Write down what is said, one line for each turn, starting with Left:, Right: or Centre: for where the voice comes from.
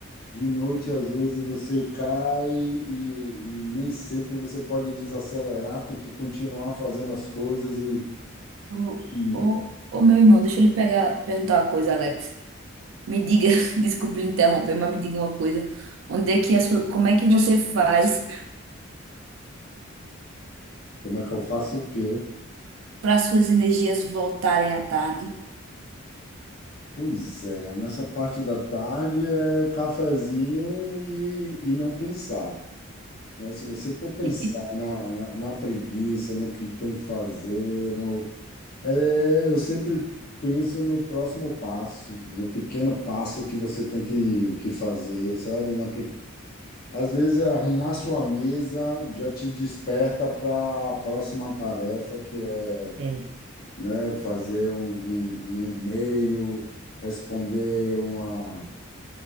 Left: De noite, às vezes, você cai e, e nem sempre você pode desacelerar, tem que continuar fazendo as coisas e,
Right: O,
Left: e
Right: o, o meu irmão, deixa eu lhe pegar, perguntar uma coisa, Alex. Me diga, <laughs> desculpe lhe interromper, mas me diga uma coisa. Onde é que a sua, como é que você faz
Left: como é que eu faço o quê?
Right: para suas energias voltarem à tarde?
Left: Pois é, nessa parte da tarde é cafezinho e, e não pensar. né? Se você for pensar
Right: <laughs>
Left: na, na, na preguiça, no que tem que fazer, no, é, eu sempre penso no próximo passo, no pequeno passo que você tem que, que fazer, sabe? Na, pre- às vezes, arrumar sua mesa já te desperta para a próxima tarefa, que é,
Right: É,
Left: né, fazer um, um, um e-mail, responder uma